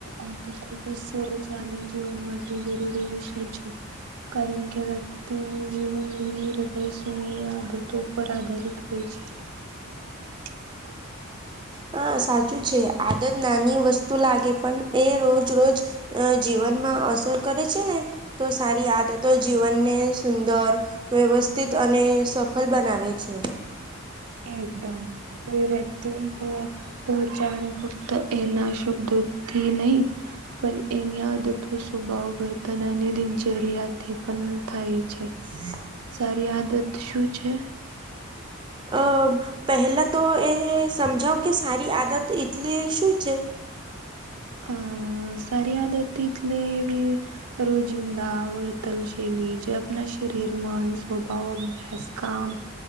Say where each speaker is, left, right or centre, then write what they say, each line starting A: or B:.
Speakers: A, on the right (about 85°); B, on the right (about 20°).
A: આ તો ખુબ જ સરસ છે આન જીવન માટે જરૂરી વિષય છે. કારણ કે વ્યક્તિ તેનું જીવન ઘણી હૃદય સુૂનય આદતો પર આધારિત હોય છે. ત <inaudible> <unintelligible>
B: હા સાચું છે. આદત નાની વસ્તુ લાગે પણ એ રોજ રોજ અ જીવનમાં અસર કરે છેને, તો સારી યાદ તો જીવનને સુંદર વ્યવસ્થિત અને સફળ બનાવે છે.
A: એકદમ કોઈ વ્યક્તિ ઓચાંદ પુરત એના શુભ્દોથી નહી પણ એની આદત, સ્વભાવ વર્તન અને એની દિનચર્યાથી પણ થાય છે.
B: જી <inaudible> <unintelligible>
A: સારી આદત શું છે?
B: અ પહેલા તો એ સમજાવ કે સારી આદત એટલે શું છે?
A: અંઅ... સારી આદત એટલે રોજિંદા વર્તનશૈલી જે આપણા શરીર, મન, સ્વભાવ, અભ્યાસ, કામ